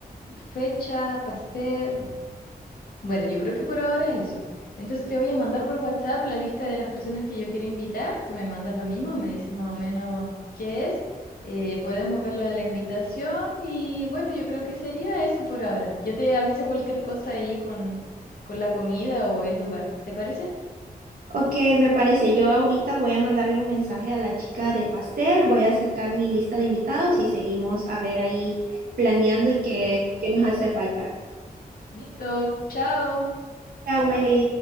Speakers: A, on the left; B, on the right.
A: fecha, pastel. Bueno, yo creo que por ahora eso. Entonces te voy a mandar por WhatsApp la lista de las personas que yo quiero invitar. Tú me mandas lo mismo, me dices más o menos qué es. Eh, podemos ver lo de la invitación y bueno, yo creo que sería eso por ahora. Yo te aviso cualquier cosa ahí con, con la comida o el lugar. ¿Te parece?
B: Ok, me parece. Yo ahorita voy a mandarle un mensaje a la chica del pastel, voy a sacar mi lista de invitados y seguimos a ver ahí planeando y qué, qué nos hace falta.
A: Listo, chao.
B: Chao, Meli.